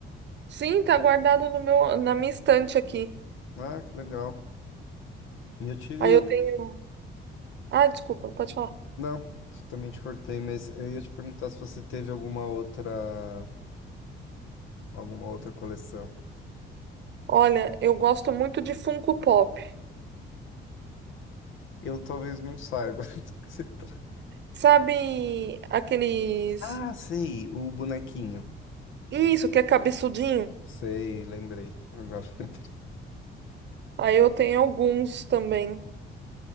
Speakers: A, on the right; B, on the left.
A: Sim, tá guardado no meu, na minha estante aqui.
B: Ah, que legal. E Eu tive.
A: Aí eu tenho. Ah, desculpa, pode falar.
B: Não, também te cortei, mas eu ia te perguntar se você teve alguma outra. Alguma outra coleção.
A: Olha, eu gosto muito de Funko Pop.
B: Eu talvez não saiba <laughs> do que se trata.
A: Sabe aqueles.
B: Ah, sei, o bonequinho.
A: Isso, que é cabeçudinho?
B: Sei, lembrei. Agora <laughs> lembrei.
A: Aí eu tenho alguns também.